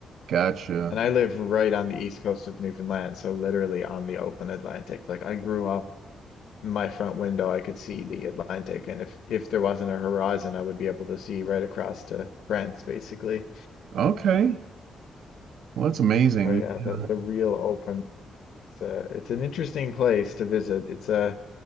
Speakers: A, on the right (about 75°); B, on the left (about 75°).
A: Gotcha.
B: And I live right on the East Coast of Newfoundland, so literally on the open Atlantic. Like I grew up my front window, I could see the Atlantic, and if if there wasn't a horizon, I would be able to see right across to France, basically.
A: Okay. Well, that's amazing.
B: So yeah,
A: Yeah.
B: the the real open. It's a, it's an interesting place to visit. It's a